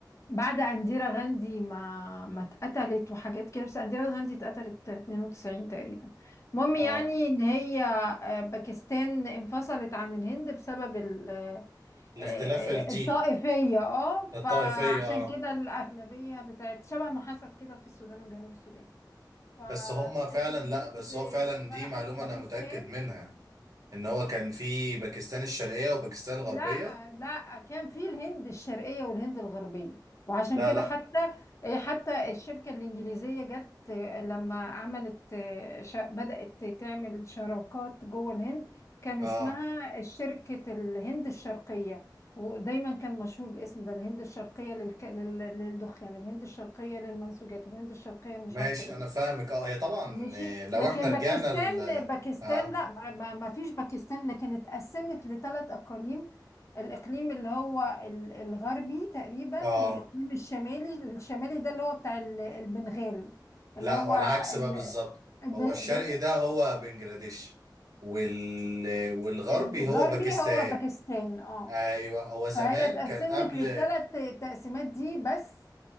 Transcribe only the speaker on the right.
اه
الاختلاف
الجين
الطائفية اه
بس هم فعلا
لا بس هو فعلا
دي معلومة
انا متأكد منها ان هو كان في باكستان الشرقية وباكستان الغربية
لا
لا
اه
ماشي
انا فاهمك اه هي طبعا
آه، لو
احنا رجعنا
ال
اه
اه
لا
هو العكس
بقى بالظبط
هو الشرقي
ده هو بنجلاديش وال والغربي
هو باكستان
ايوه هو زمان
كان قبل